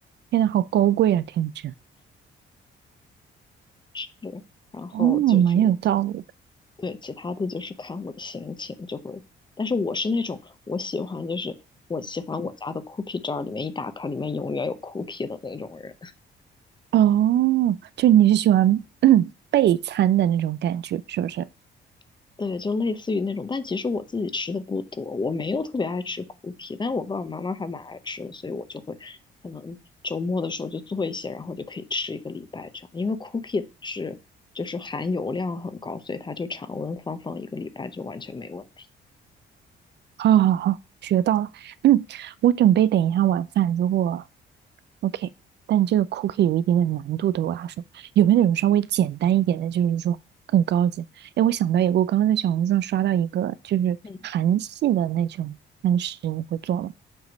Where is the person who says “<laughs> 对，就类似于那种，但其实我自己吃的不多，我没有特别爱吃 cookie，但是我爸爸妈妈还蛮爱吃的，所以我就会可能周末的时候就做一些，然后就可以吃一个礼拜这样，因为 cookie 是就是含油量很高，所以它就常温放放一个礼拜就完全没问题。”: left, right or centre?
Left